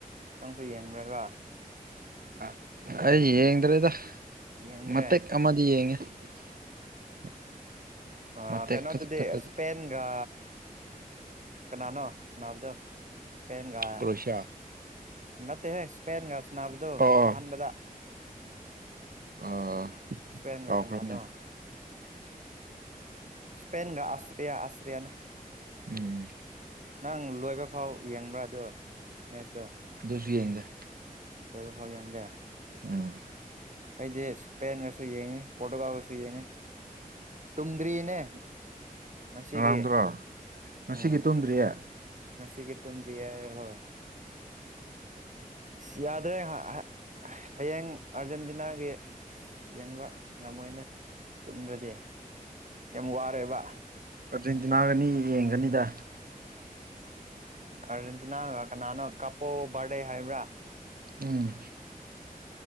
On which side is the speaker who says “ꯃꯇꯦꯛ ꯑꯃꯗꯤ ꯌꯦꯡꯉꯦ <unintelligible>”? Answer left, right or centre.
Right